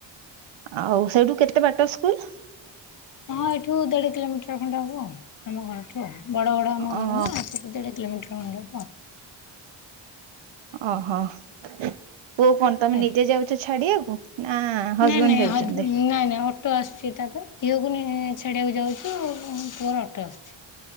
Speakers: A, on the right (about 75°); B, on the left (about 45°).
A: ଆଉ ସେଇଠୁ କେତେ ବାଟ ସ୍କୁଲ୍।
B: ହଁ ଏଠୁ ଦେଢ କିଲୋମିଟର ଖଣ୍ଡେ ହବ। ଆମ ଘରଠୁ ବଡ ବଡ ଆମ
A: ଓହୋ
B: ଘର ନା ସେଠୁ ଦେଢ କିଲୋମିଟର ହବ।
A: ଓହୋ ପୁଅକୁ କଣ ତମେ
B: ଆଜ୍ଞା।
A: ନିଜେ ଯାଉଛ ଛାଡିବାକୁ। ନା ହଜବେଣ୍ଡ
B: ନାଇଁ ନାଇଁ
A: ଯାଉଛନ୍ତି
B: ହଜ ନାଇଁ ନାଇଁ ଅଟୋ ଆସୁଛି ତା ପାଇଁ। ଝିଅକୁ ନେଇ ଛାଡିବାକୁ ଯାଉଛୁ। ଆଉ ପୁଅର ଅଟୋ ଆସୁଛି।